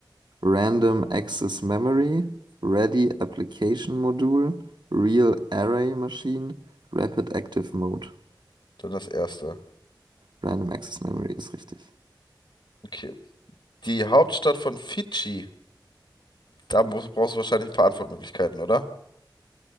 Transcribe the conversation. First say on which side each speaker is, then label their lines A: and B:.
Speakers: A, on the right; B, on the left.
A: Random Access Memory, Ready Application Module, Real Array Machine, Rapid Active Mode.
B: Dann das erste.
A: Random Access Memory ist richtig.
B: Okay. Die Hauptstadt von Fidschi. Da muss, brauchst du wahrscheinlich ein paar Antwortmöglichkeiten, oder?